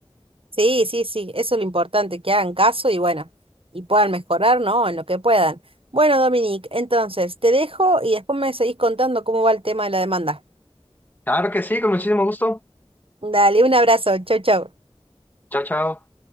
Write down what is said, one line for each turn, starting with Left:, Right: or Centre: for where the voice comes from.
Right: Sí, sí, sí, eso es lo importante, que hagan caso y bueno, y puedan mejorar, ¿no? En lo que puedan. Bueno, Dominique, entonces te dejo y después me seguís contando cómo va el tema de la demanda.
Left: Claro que sí, con muchísimo gusto.
Right: Dale, un abrazo, chau, chau.
Left: Chao, chao.